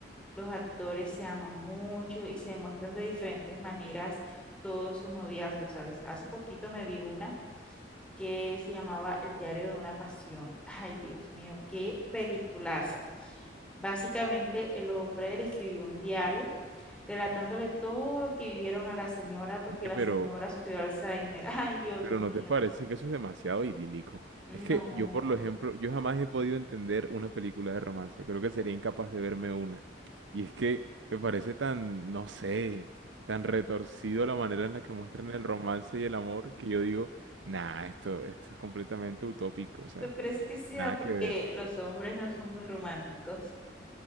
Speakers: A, in the centre; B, on the right.
A: Los actores se aman mucho y se demuestran de diferentes maneras todo su noviazgo, ¿sabes? Hace poquito me vi una que se llamaba El diario de una pasión. <laughs> Ay, Dios mío, qué peliculaza. Básicamente, el hombre le escribió un diario relatándole todo lo que vivieron a la señora porque
B: oye,
A: la
B: pero,
A: señora sufrió Alzheimer. <laughs> Ay, Dios
B: pero
A: mío.
B: ¿no te parece que eso es demasiado idílico?
A: No,
B: Es que yo, por lo ejemplo, yo jamás he podido entender una película de romance, creo que sería incapaz de verme una. Y es que me parece tan, no sé, tan retorcido la manera en la que muestran el romance y el amor que yo digo, nah, esto, esto es completamente utópico, o sea,
A: ¿tú crees que sea
B: nada
A: porque
B: que ver.
A: los hombres no son muy románticos?